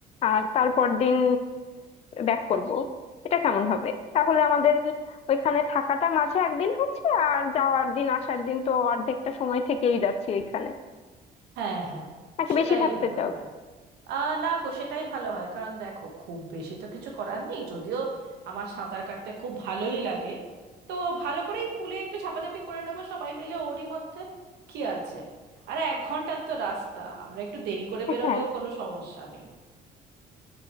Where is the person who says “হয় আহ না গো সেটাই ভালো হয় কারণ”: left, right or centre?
Right